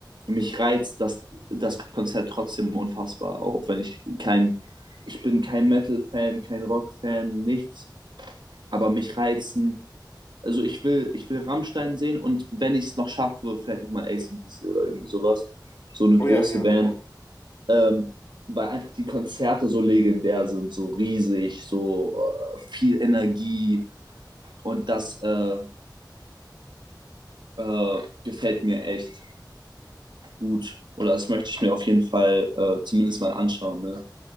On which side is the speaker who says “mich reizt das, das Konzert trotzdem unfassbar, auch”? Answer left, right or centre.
Right